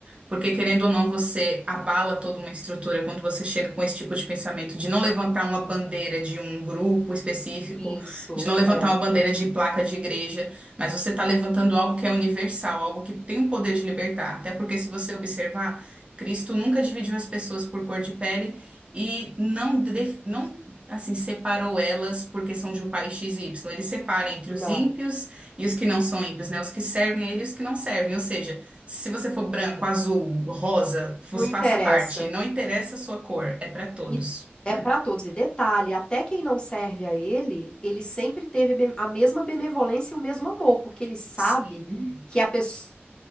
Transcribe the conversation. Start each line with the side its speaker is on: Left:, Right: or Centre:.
Right: Porque, querendo ou não, você abala toda uma estrutura quando você chega com esse tipo de pensamento, de não levantar uma bandeira de um grupo específico,
Left: isso,
Right: de não levantar
Left: é,
Right: uma bandeira de placa de igreja, mas você está levantando algo que é universal, algo que tem o poder de libertar. Até porque, se você observar, Cristo nunca dividiu as pessoas por cor de pele e não, def- não assim, separou elas por questão de um país X e Y. Ele separa entre
Left: não,
Right: os ímpios e os que não são ímpios, né? Os que servem a ele e os que não servem. Ou seja, se você for branco, azul, rosa, vos
Left: não interessa.
Right: faça parte. Não interessa a sua cor, é para todos,
Left: E é
Right: né?
Left: para todos. E detalhe, até quem não serve a ele, ele sempre teve be- a mesma benevolência e o mesmo amor, porque ele sabe
Right: Sim.
Left: que a pessoa